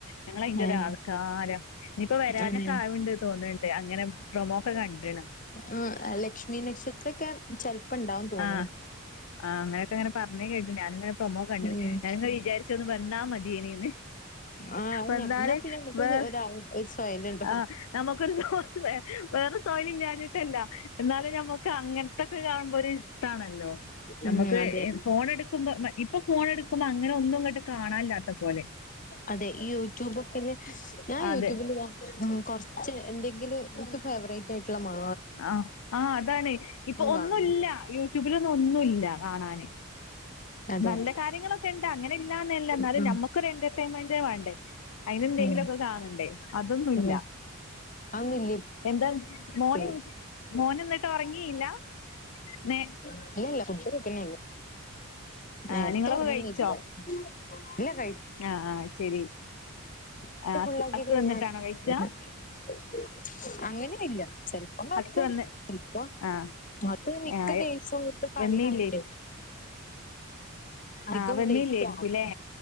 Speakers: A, on the left; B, on the left.
A: ഞങ്ങൾ അയിന്റെ
B: ഏഹ്
A: ഒരാൾക്കാരം ഇനിയിപ്പോ വരാനൊക്കെ
B: അതന്നെ
A: ആവുണ്ട് തോന്നണ്ട് അങ്ങനെ പ്രെമോ ഒക്കെ കണ്ടിണം
B: അഹ് അഹ് ലക്ഷ്മി നക്ഷത്രൊക്കെ ചെലപ്പ ഇണ്ടാവുന്ന് തോന്നുണ്
A: ആഹ് ആഹ് അങ്ങനെ അങ്ങനെ പറഞ്ഞേ കേട്ട് ഞാനിങ്ങനെ പ്രൊമോ കണ്ട്
B: ഉം
A: ഞാനിങ്ങനെ വിചാരിചൊ ന്ന് വന്നാ മതിയേനീന്ന്
B: ആഹ്
A: വന്നാല്
B: ഞാ പിന്നെ ഇങ്ങട്ട്
A: വേ
B: ഒത്സ ആല ഉണ്ടോ
A: ആഹ് നമുക്കൊരു <inaudible> ഹ് ഹ് വേറെ തൊഴിൽ ഇല്ലാഞ്ഞിട്ടല്ല എന്നാലും നമ്മക്ക് അങ്ങനത്തൊക്കെ കാണുമ്പോ ഒരു ഇഷ്ടമണല്ലോ. നമുക്ക്
B: ഉം അതെ
A: ഫോൺ എടുക്കുമ്പോ ഇപ്പൊ ഫോൺ എടുക്കുമ്പോ അങ്ങനെ ഒന്നും ഇങ്ങോട്ട് കാണാനില്ലാത്ത പോലെ
B: അതെ ഈ യൂട്യൂബ് ഒക്കെ ഞാൻ
A: അതെ
B: യൂട്യൂബില് ഉ കുറച്ച് എന്തെങ്കിലും എനിക്ക് ഫേവറേറ്റ് ആയിട്ടുള്ള മാ
A: ആ ആഹ് അതാണ് ഇപ്പൊ ഒന്നുല്ല.
B: കാണൂല
A: യൂട്യൂബിലൊന്നും ഒന്നുല്ല കാണാന്.
B: അതെ
A: നല്ല കാര്യങ്ങളൊക്കെ ഉണ്ട് അങ്ങനെ ഇല്ലാന്നല്ല എന്നാലും
B: ഉം
A: നമ്മക്കൊരു എന്റർടൈൻമെന്റ് വേണ്ടേ അതിനെന്തെങ്കിലുംക്കെ
B: ഉം
A: കാണണ്ടേ അതൊന്നുല്ല.
B: ഉം അതൊന്നുല്ലേ
A: എന്താ മോണിംഗ്
B: ഇപ്പേ
A: മോ ഓനെന്നിട്ട് ഒറങ്ങിയില്ല മേ
B: ഇല്ല ഇല്ല ഫുഡ് കഴിക്കണേള്ളൂ നേരത്തെ
A: ആഹ് നിങ്ങളൊക്കെ
B: ഓർങ്ങൊന്നില്ല.
A: കഴിച്ചോ
B: ഇല്ല കഴി
A: ആഹ് ആഹ് അത് ശരി
B: വയറ്
A: അസ്
B: ഫുള്ളാക്കി
A: അസ്
B: കഴിഞ്ഞാല്
A: വന്നിട്ടാണോ കഴിക്കാ
B: <unintelligible> അങ്ങനിം ഇല്ല ചെല് <unintelligible>
A: അസ് വന്ന് ആഹ്
B: മിക്ക
A: ആഹ്
B: ദിവസവും ഇപ്പ കളി
A: വെന്നീല്ലേ
B: കാണണ്ടേ
A: <inaudible>
B: അധികം
A: ആഹ് വെന്നീല്ലേര്ക്കുംല്ലേ
B: ലൈറ്റാവും